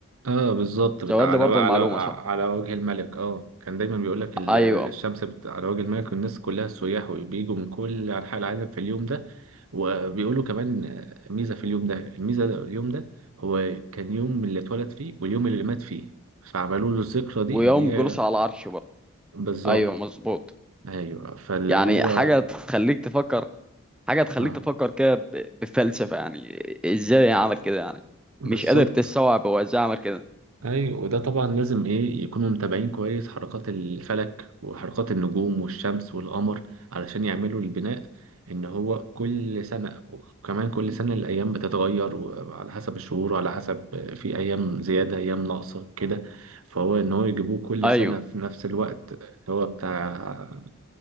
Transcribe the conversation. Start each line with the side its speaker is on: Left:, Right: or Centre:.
Right: اه بالظبط بتاع
Centre: زود
Right: على
Centre: لي برضه
Right: و- على
Centre: المعلومة صح؟
Right: على وجه الملك اه كان دايما بيقول لك ال-
Centre: أيوه
Right: الشمس بت... على وجه الملك والناس كلها سياح وبيجوا من كل انحاء العالم في اليوم ده وبيقولوا كمان آه، ميزة في اليوم ده الميزة ده اليوم ده هو كان يوم اللي اتولد فيه واليوم اللي مات فيه فعملوا له الذكرى دي
Centre: ويوم
Right: ان هي
Centre: جلوسه على العرش برضه
Right: بالظبط
Centre: أيوه مظبوط
Right: ايوه فاللي
Centre: يعني
Right: هو
Centre: حاجة تخليك تفكر حاجة تخليك
Right: اه
Centre: تفكر كده ب- بفلسفة يعني إزاي عمل كده يعني
Right: بالظبط
Centre: مش قادر تستوعب هو إزاي عمل كده
Right: ايوه وده طبعا لازم ايه يكونوا متابعين كويس حركات الفلك وحركات النجوم والشمس والقمر علشان يعملوا البناء ان هو كل سنة وكمان كل سنة الايام بتتغير وعلى حسب الشهور وعلى حسب في ايام زيادة ايام ناقصة كده فهو ان هو يجيبوه كل
Centre: أيوه
Right: سنة في نفس الوقت هو بتاع